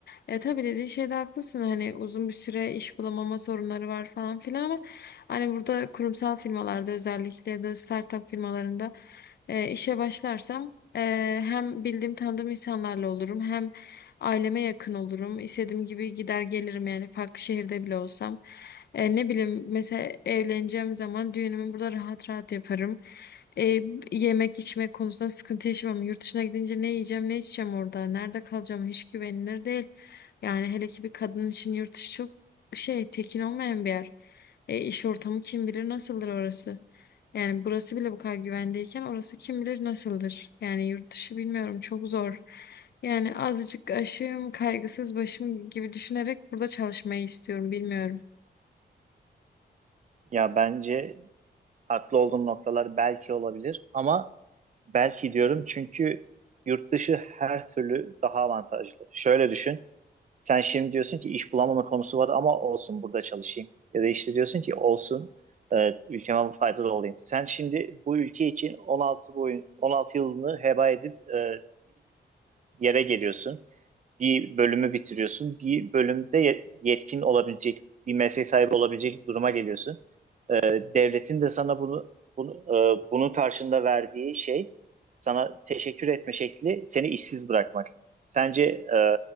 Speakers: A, on the left; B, on the right.
A: E, tabii dediğin şeyde haklısın. Hani uzun bir süre iş bulamama sorunları var falan filan ama hani burada kurumsal firmalarda özellikle ya da startup firmalarında e, işe başlarsam e, hem bildiğim tanıdığım insanlarla olurum hem aileme yakın olurum. İstediğim gibi gider gelirim yani farklı şehirde bile olsam. E, ne bileyim mesela evleneceğim zaman düğünümü burada rahat rahat yaparım. E, yemek içmek konusunda sıkıntı yaşamam. Yurt dışına gidince ne yiyeceğim, ne içeceğim orada, nerede kalacağım hiç güvenilir değil. Yani hele ki bir kadın için yurt dışı çok şey, tekin olmayan bir yer. E, iş ortamı kim bilir nasıldır orası. Yani burası bile bu kadar güvendeyken orası kim bilir nasıldır. Yani yurt dışı bilmiyorum çok zor. Yani azıcık aşığım, kaygısız başım gibi düşünerek burada çalışmayı istiyorum bilmiyorum.
B: Ya bence haklı olduğum noktalar belki olabilir ama Belki diyorum çünkü yurt dışı her türlü daha avantajlı. Şöyle düşün. Sen şimdi diyorsun ki iş bulamama konusu var ama olsun burada çalışayım. Ya da işte diyorsun ki olsun e, ülkeme faydalı olayım. Sen şimdi bu ülke için 16 boyun 16 yılını heba edip e, yere geliyorsun. Bir bölümü bitiriyorsun. Bir bölümde ye- yetkin olabilecek, bir meslek sahibi olabilecek duruma geliyorsun. E, devletin de sana bunu, bunu e, bunun karşında verdiği şey sana teşekkür etme şekli seni işsiz bırakmak. Sence e,